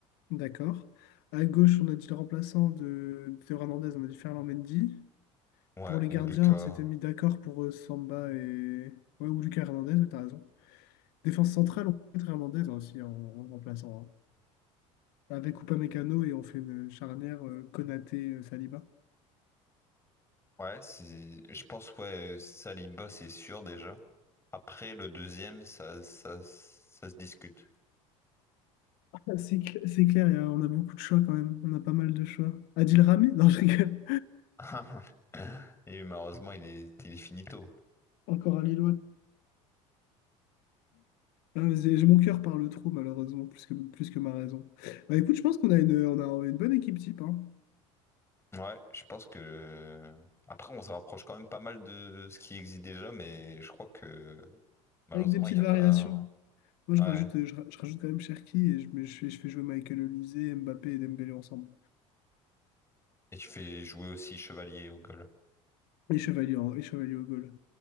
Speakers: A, on the left; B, on the left.
A: D'accord. À gauche, on a dit le remplaçant de, de Théo Hernandez, on a dit Ferland Mendy.
B: Ouais,
A: Pour les
B: ou
A: gardiens,
B: Lucas.
A: on s'était mis d'accord pour euh, Samba et. Ouais, ou Lucas Hernandez, ouais, t'as raison. Défense centrale, on peut mettre Hernandez hein, aussi en, en remplaçant. hein. Avec Mécano et on fait une charnière euh, Konaté euh, Saliba.
B: Ouais, c'est, je pense, ouais, Saliba, c'est sûr déjà. Après, le deuxième, ça, ça, ça se discute.
A: Ah, C'est cl- c'est clair, y a- on a beaucoup de choix quand même. On a pas mal de choix. Adil Rami? Non, je rigole.
B: <laughs> Et malheureusement, il est, il est finito.
A: <laughs> Encore un Lillois. Ah, mais c'est- Mon cœur parle trop, malheureusement, plus que, plus que ma raison. Bah écoute, je pense qu'on a une, on a une bonne équipe type, hein,
B: Ouais, je pense que. Après, on se rapproche quand même pas mal de ce qui existe déjà, mais je crois que Malheureusement,
A: avec des petites
B: il n'y a
A: variations.
B: pas.
A: Moi, je
B: Ouais.
A: rajoute, euh, je, ra- je rajoute quand même Cherki et je, mais je, fais, je fais jouer Michael Olise, Mbappé et Dembélé ensemble.
B: Et tu fais jouer aussi chevalier au goal.
A: Et Chevalier, en- et Chevalier au goal.